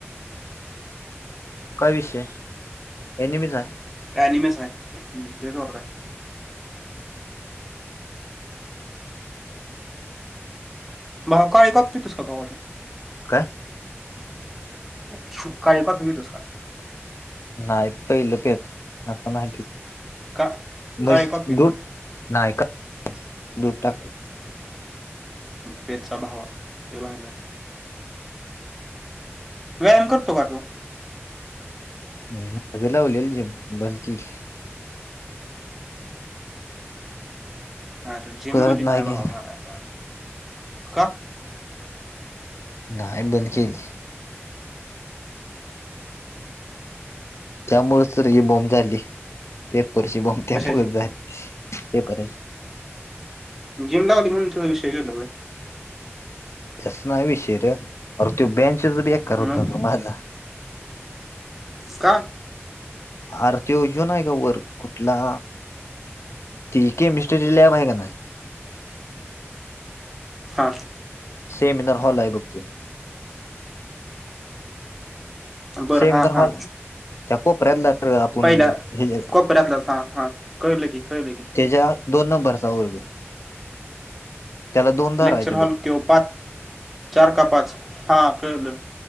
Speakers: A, on the left; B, in the centre.
A: काय विषय <inaudible> हे नेहमीच आहे.
B: <unintelligible> भाव काय बघतोयस का भावा?
A: काय?
B: तु काळी पात नेतोस का?
A: नाही पहिलं पेत. आता नाही पित.
B: का काळी
A: म्हज
B: कॉपी
A: दू नाही का <inaudible> दूध टाकून.
B: पेतजा भावा लय भारी लागते. व्यायाम करतो का रे तू?
A: <inaudible> लावलेली जीम बंद केली.
B: आरं जिम
A: परत
B: मध्ये नाही
A: गेलं
B: भावा मारायचा. का?
A: नाय बंद केली. त्यामुळेच तरच हे बॉम्ब झाली. पेपरची बॉम्ब त्यामुळेच
B: कशाची
A: झाली. पेपरची
B: जिम लावली, म्हणून तुझा विषय गेलाय व्हयं.
A: तस नाय विषय रं. अरे तो बेंचस बेक्कार होता
B: मग
A: माझा.
B: <inaudible> काय
A: आरं तो ह्यो नाही का वर? कुठला ती केमिस्टी ची लॅब आहे का नाही.
B: हा
A: सेमिनार हॉल आहे बघतो.
B: बर
A: सेमिनार
B: हा हा
A: हॉल. <inaudible> त्या कोपऱ्यातला आपण
B: पहिला
A: हे ज
B: कोपऱ्यातलाच हा हा
A: <inaudible>
B: कळलं की कळलं की
A: त्याच्या दोन नंबरचा वर्ग. त्याला दोन दार
B: लेक्चर
A: आहे ते
B: हॉल
A: बघ
B: त्यो पाच. चार का पाच? हा कळलं.